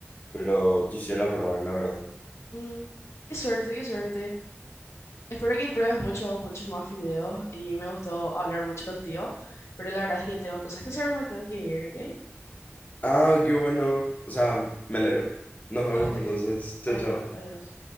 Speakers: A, on the left; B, on the left.
A: pero quisiera probar la verdad.
B: Mm, qué suerte, qué suerte. Espero que pruebes muchos, muchos más videos y me gustó hablar mucho contigo, pero la verdad es que tengo cosas que hacer, me tengo que ir, ¿ok?
A: Ah, qué bueno, o sea, me alegro. Nos vemos
B: <laughs>
A: entonces, chao,
B: Adiós,
A: chao.
B: adiós.